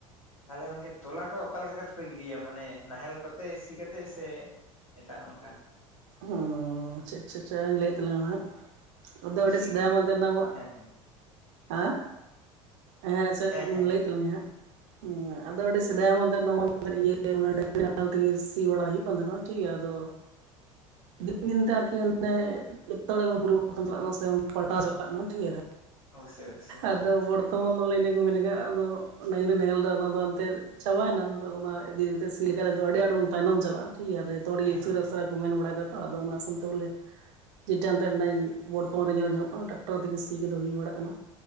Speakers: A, on the left (about 80°); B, on the right (about 60°).
A: ᱛᱟᱦᱚᱞᱮ ᱜᱚᱝᱠᱮ ᱛᱚᱞᱟ ᱠᱚ ᱚᱠᱟ ᱞᱮᱠᱟ ᱠᱟᱛᱮᱫ ᱯᱮ ᱜᱤᱰᱤᱭᱟ ᱢᱟᱱᱮ ᱱᱟᱦᱮᱞ ᱠᱚᱛᱮ ᱥᱤ ᱠᱟᱛᱮᱜ ᱥᱮ ᱮᱴᱟᱜ ᱚᱱᱠᱟ
B: ᱚ ᱪᱮᱫ ᱪᱮᱫ ᱪᱷᱟᱧ ᱞᱟᱹᱭᱮᱫ ᱛᱟᱞᱟᱝᱟ ᱦᱟᱸᱜ ᱟᱫᱚ ᱟᱹᱰᱤ
A: ᱥᱤ
B: ᱥᱮᱫᱷᱟᱭᱟᱢ
A: ᱜᱮᱭᱟ
B: ᱛᱟᱦᱮ ᱱᱟᱢᱚᱜ
A: ᱦᱮᱸ ᱦᱮᱸ
B: ᱦᱮ ᱦᱮᱸ ᱟᱪᱷᱟ
A: ᱦᱮᱸ ᱦᱮᱸ
B: ᱞᱟᱹᱭᱮᱫ ᱛᱟᱞᱟᱝ ᱤᱧᱟ ᱦᱟᱸᱜ ᱟᱫᱚ ᱟᱹᱰᱤ ᱥᱮᱫᱟᱭ ᱤᱭᱟᱹ ᱰᱟᱝᱨᱤ ᱱᱟᱦᱮᱞ ᱛᱮᱜᱮ ᱥᱤ ᱵᱟᱲᱟ ᱦᱩᱭᱩᱜ ᱠᱟᱱ ᱛᱟᱦᱮᱱᱚᱜ ᱟ ᱴᱷᱤᱠ ᱜᱮᱭᱟ ᱟᱫᱚ ᱫᱤᱱ ᱫᱤᱱ ᱛᱮ ᱟᱨᱠᱤ ᱚᱱᱮ ᱮᱛᱚᱲ ᱯᱚᱨᱤᱵᱚᱨᱛᱚᱱ ᱪᱟᱞᱟᱜ ᱠᱟᱱᱟ ᱥᱮ ᱯᱟᱞᱴᱟ ᱪᱟᱞᱟᱜ ᱠᱟᱱᱟ ᱴᱷᱤᱠᱭᱟ
A: ᱚᱵᱚᱥᱥᱳᱭ ᱚᱵᱚᱥᱥᱳᱭ ᱦᱮᱸ
B: ᱟᱫᱚ ᱵᱚᱨᱛᱚᱢᱟᱱ ᱚᱞ ᱤᱱᱟᱹ ᱠᱚ ᱢᱮᱱ ᱟᱫᱚ ᱱᱟ ᱱᱟᱦᱮᱞ ᱮᱫᱟ ᱚᱱᱟᱛᱮ ᱪᱟᱵᱟᱭᱮᱱᱟ ᱚᱱᱟ ᱤᱫᱤ ᱠᱟᱛᱮ ᱥᱤ ᱞᱮᱠᱷᱟᱡ ᱟᱫᱚ ᱟᱹᱰᱤ ᱟᱴ ᱵᱚᱱ ᱛᱟᱭᱱᱚᱢ ᱪᱟᱞᱟᱜᱼᱟ ᱴᱷᱤᱠ ᱜᱮᱭᱟ ᱟᱫᱚ ᱡᱚᱛᱚ ᱦᱚᱲ
A: ᱦᱮᱸ
B: ᱜᱮ ᱩᱥᱟᱹᱨᱟᱥᱟᱹᱨᱟ
A: ᱦᱮᱸ
B: ᱠᱚ ᱢᱮᱱ ᱵᱟᱲᱟᱭ ᱫᱟ ᱛᱚ ᱟᱫᱚ ᱚᱱᱟ ᱥᱟᱶᱛᱮ ᱵᱚᱞᱮ ᱡᱮᱴᱟᱛᱮ ᱵᱚᱨᱛᱚᱢᱟᱱ ᱨᱮ ᱧᱮᱞ ᱧᱟᱢᱚᱜᱼᱟ ᱴᱟᱠᱴᱟᱨ ᱛᱮᱜᱮ ᱥᱤ ᱦᱩᱭ ᱵᱟᱲᱟᱜ ᱠᱟᱱᱟ